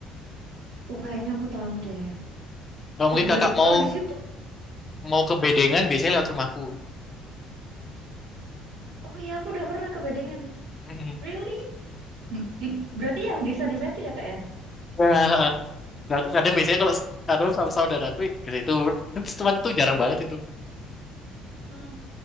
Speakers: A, on the right; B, on the left.
A: Oh, kayaknya aku tahu deh.
B: Kalau mungkin
A: Oh,
B: Kakak
A: dari
B: mau
A: kalau di situ,
B: mau ke Bedengan, biasanya lewat rumahku.
A: oh iya aku udah pernah ke Bedengan.
B: Mm-mm.
A: Really? Di- berarti yang desa-desa itu ya, Kak ya?
B: Nah, nah, aku kadang biasanya kalau s- kadang sama saudaraku ke situ, <laughs> terus teman itu jarang banget itu.
A: Hmm.